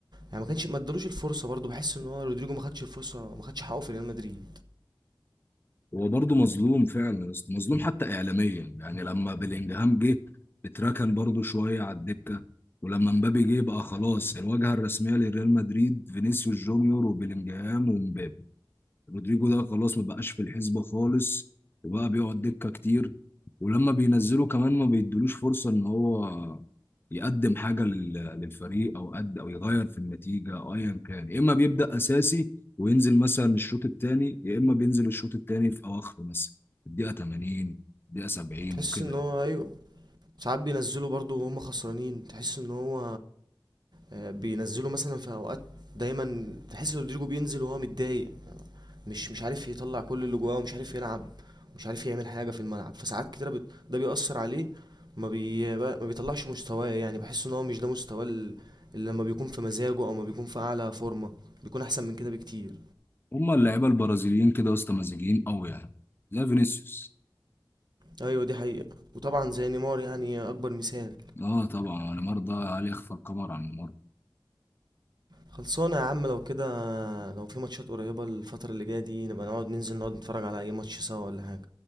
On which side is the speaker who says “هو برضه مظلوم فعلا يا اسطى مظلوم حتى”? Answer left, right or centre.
Left